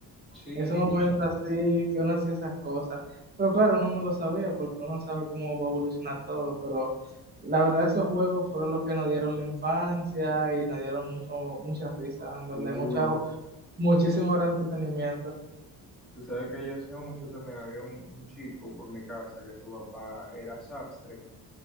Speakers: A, in the centre; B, on the right.
A: Sí,
B: Ese momento
A: tú sabes.
B: así que uno hacía esas cosas, pero claro, uno no lo sabía porque uno no sabe cómo va a evolucionar todo, pero la verdad esos juegos fueron los que nos dieron la infancia y nos dieron mucho, muchas risas, en verdad,
A: Cool.
B: y mucha, muchísimo entretenimiento.
A: Tú sabes que yo hacía mucho también. Había un, un chico por mi casa que su papá era sastre